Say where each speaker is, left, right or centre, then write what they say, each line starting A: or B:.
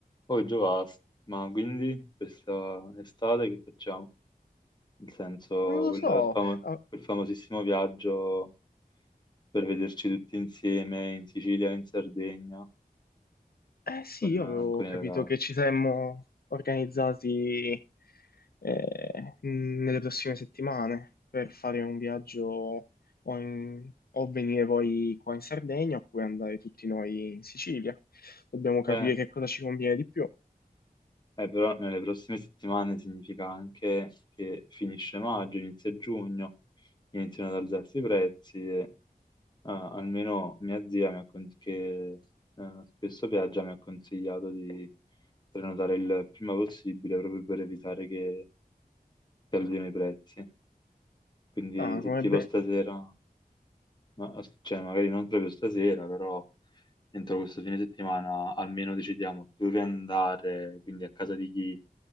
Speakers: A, on the left; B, on the left.
A: Poi già basta. Ma quindi questa estate che facciamo? Nel senso,
B: Non lo
A: quel,
B: so,
A: famo-
B: Ah,
A: quel famosissimo viaggio per vederci tutti insieme in Sicilia, in Sardegna,
B: eh sì,
A: con,
B: io avevo
A: con
B: capito
A: i ragazzi.
B: che ci saremmo organizzati eh, mh, nelle prossime settimane per fare un viaggio o, in- o venire voi qua in Sardegna oppure andare tutti noi in Sicilia. Dobbiamo capire
A: Eh,
B: che cosa ci conviene di più.
A: eh, però nelle prossime settimane significa anche che finisce maggio, inizia giugno, iniziano ad alzarsi i prezzi Ah, almeno mia zia, mi ha con- che eh, spesso viaggia, mi ha consigliato di prenotare il prima possibile proprio per evitare che scaldino i prezzi. Quindi
B: Ah,
A: se
B: come,
A: tipo
B: be-
A: stasera, ma- cioè magari non proprio stasera, però entro questo fine settimana almeno decidiamo dove andare, quindi a casa di chi,